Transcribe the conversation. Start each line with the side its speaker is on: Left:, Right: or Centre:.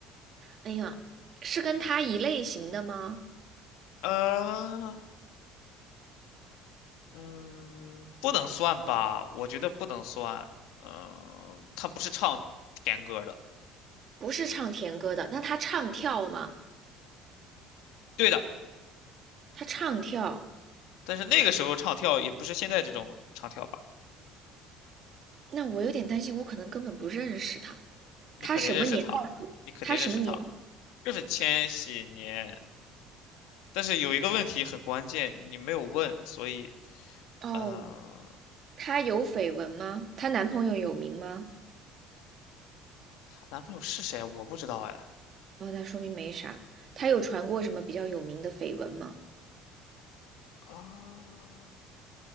Right: 哎呀，是跟她一类型的吗？
Left: 呃，嗯，不能算吧，我觉得不能算。嗯、她不是唱甜歌的，
Right: 不是唱甜歌的，那她唱跳吗？
Left: 对的，
Right: 她唱跳，
Left: 但是那个时候唱跳也不是现在这种唱跳吧？
Right: 那我有点担心，我可能根本不认识她。
Left: 你肯定认识她，
Right: 她什么年代？
Left: 你肯定认识她，
Right: 她什么年？
Left: 就是千禧年。但是有一个问题很关键，你没有问，所以，
Right: 哦，
Left: 呃，
Right: 她有绯闻吗？她男朋友有名吗？
Left: 她男朋友是谁啊？我不知道哎。
Right: 哦，那说明没啥。她有传过什么比较有名的绯闻吗？
Left: 啊，